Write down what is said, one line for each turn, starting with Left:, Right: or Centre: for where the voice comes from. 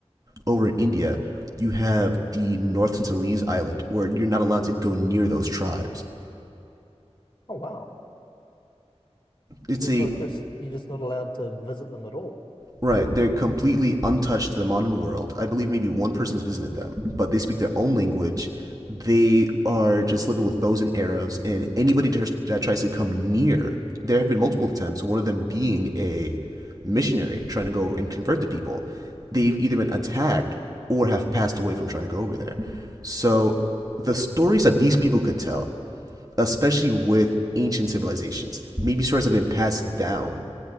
Right: over in India, you have the North Sinhalese Island, where you're not allowed to go near those tribes.
Left: Oh wow.
Right: It's
Left: You're
Right: a
Left: so just you're just not allowed to visit them at all.
Right: Right, they're completely untouched to the modern world. I believe maybe one person has visited them, but they speak their own language. They are just living with bows and arrows, and anybody that tries to come near, there have been multiple attempts, one of them being a missionary trying to go and convert the people. They've either been attacked or have passed away from trying to go over there. So the stories that these people could tell especially with ancient civilizations. Maybe stories have been passed down.